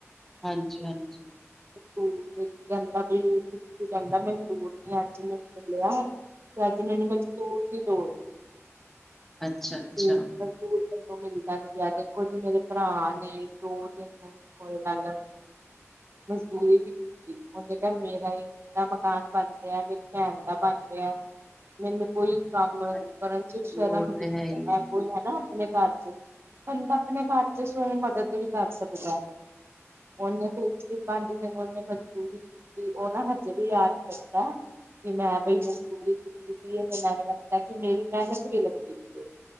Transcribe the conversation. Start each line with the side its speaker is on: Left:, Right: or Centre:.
Centre: ਹਾਂਜੀ -ਹਾਂਜੀ।
Right: ਸ ਕਹਿੰਦਾ ਵੀ, ਕਹਿੰਦਾ ਮਜ਼ਦੂਰ ਨੀ ਅੱਜ ਮੈਨੂੰ ਮਿਲਿਆ ਤੇ ਅੱਜ ਮੈਨੂੰ ਮਜ਼ਦੂਰ ਦੀ ਲੋੜ ਐ,
Centre: ਅੱਛਾ ਅੱਛਾ
Right: ਤੇ ਮਜ਼ਦੂਰ ਮੈਨੂੰ ਨੂ ਮਿਲਦਾ ਨਹੀਂ ਪਿਆ, ਦੇਖੋ ਜੀ ਮੇਰੇ ਭਰਾ ਨੇ ਦੋ ਦਿਨ ਹੋਏ ਗੱਲ ਮਜ਼ਦੂਰੀ ਵੀ ਉਹਦੇ ਘਰ ਮੇਰਾ ਦਾ ਮਕਾਨ ਬਣ ਰਿਹਾ, ਮੇਰੀ ਭੈਣ ਦਾ ਬਣ ਰਿਹਾ। ਮੈਨੂੰ ਕੋਈ ਕੰਮ,
Centre: ਹਾਂਜੀ
Right: ਕਰਨ ਚ ਸ਼ਰਮ
Centre: ਉਹ
Right: ਨਹੀਂ
Centre: ਤੇ ਹੈ ਹੀ ਹੈ
Right: ਕੋਈ ਹਨਾ ਆਪਣੇ ਘਰ ਚ ਬੰਦਾ, ਆਪਣੇ ਘਰ ਚ ਸੋ ਮਦਦ ਵੀ ਕਰ ਸਕਦਾ। ਉਹਨੇ ਫੇਰ ਵੀ ਪੰਜ ਦਿਨ ਉਹਨੇ ਮਜ਼ਦੂਰੀ ਕੀਤੀ, ਉਹ ਨਾ ਹਜੇ ਵੀ ਯਾਦ ਕਰਦਾ। ਕਿ ਮੈਂ ਬਈ ਮਜਦੂਰੀ ਕੀਤੀ ਦੀ ਹੈ, ਮੈਨੂੰ ਲਗਦਾ ਕਿ ਮੇਰੀ ਮਿਹਨਤ ਵੀ ਲੱਗੀ ਦੀ ਹੈ।